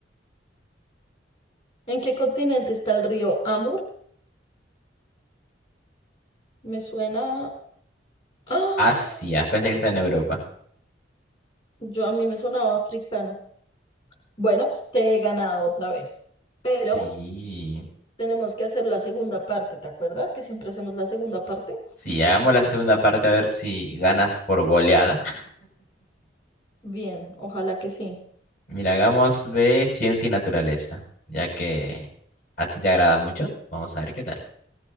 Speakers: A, on the left; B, on the left.
A: ¿En qué continente está el río Amur? Me suena. ¡Ah!
B: Asia, pensé que está en Europa.
A: Yo a mí me sonaba africano. Bueno, te he ganado otra vez. Pero.
B: Sí.
A: Tenemos que hacer la segunda parte, ¿te acuerdas? Que siempre hacemos la segunda parte.
B: Sí, hagamos la segunda parte a ver si ganas por goleada.
A: Bien, ojalá que sí.
B: <laughs> Mira, hagamos de ciencia y naturaleza, ya que a ti te agrada mucho. Vamos a ver qué tal.